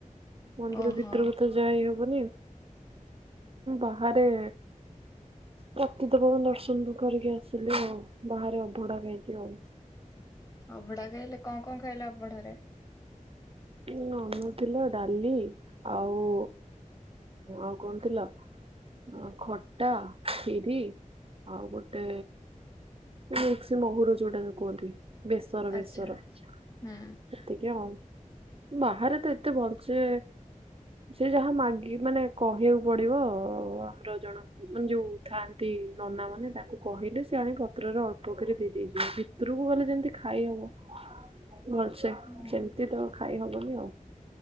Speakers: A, on the right; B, on the left.
A: ମନ୍ଦିର
B: ଓହୋ।
A: ଭିତରକୁ ତ ଯାଇ ହବନିଁ, ବାହାରେ ପତି ଦେବଙ୍କ ଦର୍ଶନ କରିକି ଆସିଲି ଆଉ ବାହାରେ ଅଭଡ଼ା ଖାଇକି ଆଉ।
B: ଅଭଢା ଖାଇଲେ କଁ କଁ ଖାଇଲେ ଅବଢାରେ?
A: ନାନୁ ଥିଲା ଡାଲି ଆଉ ଆଉ କଣ ଥିଲା? ଆ ଖଟା ଖିରି ଆଉ ଗୋଟେ ମିକ୍ସି ମହୂର ଯୋଉଟାରେ କୁହନ୍ତି। ବେସର
B: ଆଚ୍ଛା
A: ବେସର ସେତିକି
B: ହୁଁ।
A: ଆଉ। ବାହାରେ ତ ଏତେ ଭଲସେ ସେ ଯାହା ମାଗି ମାନେ କହିବାକୁ ପଡିବ ଅ ଆମର ଜଣ ମାନେ ଯୋଉ ଥାନ୍ତି ନନା ମାନେ ତାଙ୍କୁ କହିଲେ ସେ ଆଣି ପତ୍ରରେ ଅଳ୍ପ କିରି ଦେଇ ଦେଇଯିବେ। ରୁକୁ ଗଲେ ଯେମିତି ଖାଇହବ।
B: <inaudible>
A: ଭଲସେ
B: ହୁଁ।
A: ସେମ୍ତି ତ ଖାଇ ହବନି ଆଉ।